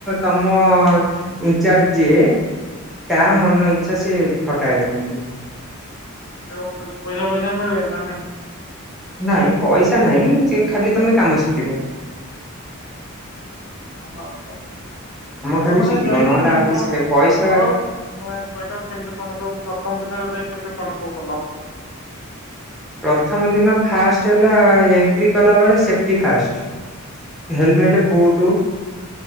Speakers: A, in the centre; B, on the left.
A: ତମ ଇନଚାର୍ଜ ଯିଏ ତା ମନ ଇଚ୍ଛା ସେ ଖଟାଏ ତମକୁ।
B: <unintelligible> ପଇସା ପଇସା ମିଳେ ନା ନାଇଁ।
A: ନାଇଁ ପଇସା ନାଇଁ ଯେ ଖାଲି ତମେ କାମ ଶିକିବ।
B: <unintelligible> କେମତି
A: ଖାଲି ଶିଖିବ ନହେଲେ
B: କଣ
A: ଆଉ କିଛି
B: ସବ
A: ନାହିଁ ପଇସା
B: କାମ କର? ହଏ ଏଇଟା କେମିତି କଣ ସବୁ, ପ୍ରଥମ ଦିନରେ ଯାଇ କେମିତି କଣ ସବୁ କଲ?
A: ପ୍ରଥମ ଦିନ ଫାଷ୍ଟ ହେଲା ଏଣ୍ଟ୍ରି କଲା ବେଳେ, ସେଫ୍ଟି ଫାଷ୍ଟ ହେଲମେଟ, ବୁଟୁ